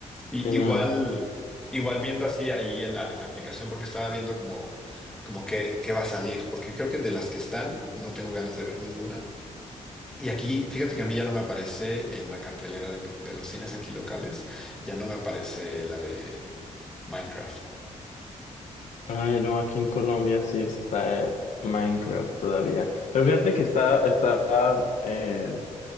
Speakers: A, in the centre; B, on the left.
A: Y-
B: sí, no,
A: igual, igual viendo así ahí en la, en la aplicación, porque estaba viendo como, como qué, qué va a salir, porque creo que de las que están no tengo ganas de ver ninguna. Y aquí, fíjate que a mí ya no me aparece en la cartelera de, mi- de los cines aquí locales, ya no me aparece la de Minecraft.
B: ay no, aquí en Colombia sí está eh, Minecraft todavía. Pero fíjate que está, está eh,